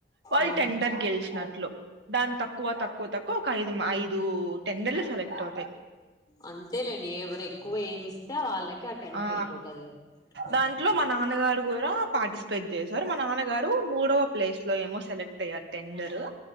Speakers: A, on the right; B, on the left.
A: వాల్
B: ఉమ్
A: టెండర్ గెల్శినట్లు దాని తక్కువ తక్కువ తక్కువ ఒక ఐదు మా ఐదు టెండర్లు సెలెక్ట్ అవుతయ్
B: అంతేలేండి ఎవరు ఎక్కువ ఏమిస్తే వాళ్ళకి టెండర్
A: ఆ
B: వెళ్ళిపోతది కదా ఉమ్
A: దాంట్లో మా నాన్నగారు గూడా పార్టిసిపేట్ చేశారు మా నాన్నగారు మూడవ ప్లేస్ లో ఏమో సెలెక్ట్ అయ్యారు టెండరు